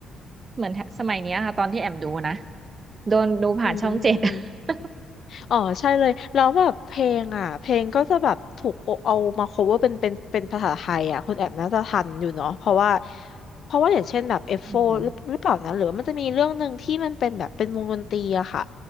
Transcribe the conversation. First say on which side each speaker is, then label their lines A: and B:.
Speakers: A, on the right (about 35°); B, on the left (about 60°).
A: เหมือนสมัยเนี้ยค่ะตอนที่แอมดูนะโดนดูผ่านช่องเจ็ด
B: อืม
A: <laughs>
B: อ๋อใช่เลยแล้วแบบเพลงอ่ะเพลงก็จะแบบถูกเอามา cover เป็นเป็นเป็นภาษาไทยอ่ะคุณแอบน่าจะทันอยู่เนาะเพราะว่าเพราะว่าอย่างเช่นแบบเอฟโฟร์หรือหรือเปล่านะหรือว่ามันจะมีเรื่องหนึ่งที่มันเป็นแบบเป็นวงดนตรีอะค่ะ
A: อืม